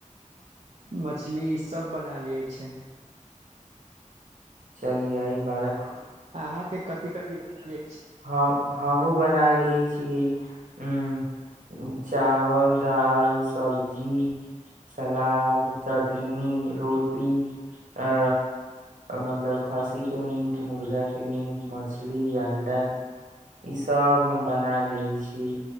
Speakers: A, on the right (about 55°); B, on the right (about 75°).
A: मछली सब बनाल जाइ छै
B: चलिियइ बारह
A: अहाँके कथिी कथिी बोल
B: हम हमू बना क छै ह चावल दाल सब्जी सलाद चट चटनी रोटी आ मतलब खस्सी के मीट मुर्गा के मीट मछली य अंडा इस सब हम बना लै छी